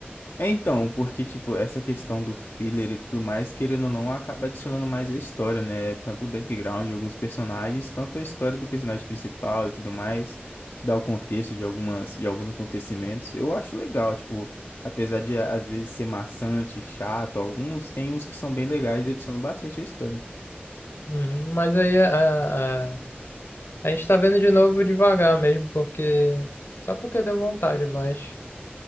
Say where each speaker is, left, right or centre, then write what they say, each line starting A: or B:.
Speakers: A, on the left; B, on the left.
A: É então, porque, tipo, essa questão do filler e tudo mais, querendo ou não, acaba adicionando mais a história, né? Tanto o background de alguns personagens, tanto a história do personagem principal e tudo mais, dá o contexto de algumas, de alguns acontecimentos. Eu acho legal, tipo, apesar de às vezes ser maçante, chato, alguns tem uns que são bem legais e adicionam bastante a história.
B: Uhum, mas aí a, a, a gente tá vendo de novo devagar mesmo, porque só porque deu vontade, mas.